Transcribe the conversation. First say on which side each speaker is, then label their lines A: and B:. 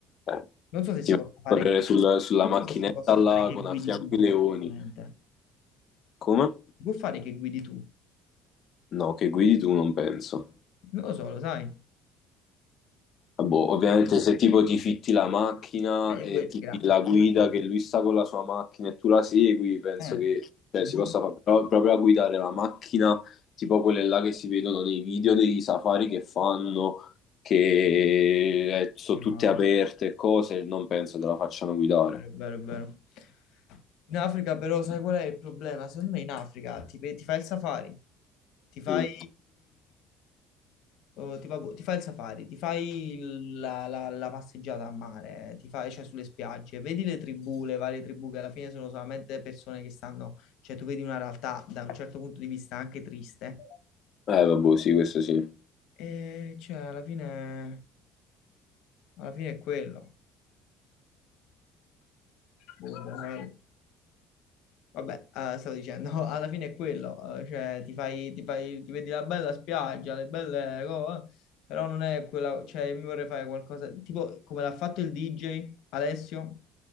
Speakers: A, on the left; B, on the left.
A: Eh,
B: Non so se si
A: Ti metti a
B: possa fare
A: correre
B: che...
A: sul- sulla
B: Non
A: macchinetta
B: so se si possa
A: là
B: fare che
A: con
B: guidi
A: a fianco
B: tu perfettamente.
A: i leoni. Come?
B: Si può fare che guidi tu?
A: No, che guidi tu, non penso.
B: Non lo so, lo sai.
A: Boh, ovviamente se tipo ti fitti la macchina
B: Eh, io
A: e
B: que-
A: ti
B: gra-
A: fidi
B: no,
A: la guida
B: que-
A: che lui sta con la sua macchina e tu la segui, penso
B: eh,
A: che cioè,
B: boh.
A: si possa fare, però proprio a guidare la macchina, tipo quelle là che si vedono nei video dei safari che fanno, che eh, sono
B: Io
A: tutte
B: no,
A: aperte e cose, non penso te la facciano guidare.
B: È vero, è vero. In Africa però sai qual è il problema? Secondo me in Africa ti, pe- ti fai il safari, ti fai,
A: Mm.
B: oh, ti, fa- boh, ti fai il safari, ti fai il- la, la- la passeggiata a mare, ti fai, cioè, sulle spiagge, vedi le tribù, le varie tribù che alla fine sono solamente persone che stanno, cioè tu vedi una realtà da un certo punto di vista anche triste
A: Eh, vabbè, sì, questo sì.
B: e cioè alla fine, alla fine è quello. Boh, Vabbè, eh, stavo dicendo, <laughs> alla fine è quello, eh, cioè ti fai, ti fai, ti vedi la bella spiaggia, le belle cose, però non è quella, cioè io mi vorrei fare qualcosa, tipo come l'ha fatto il DJ Alessio,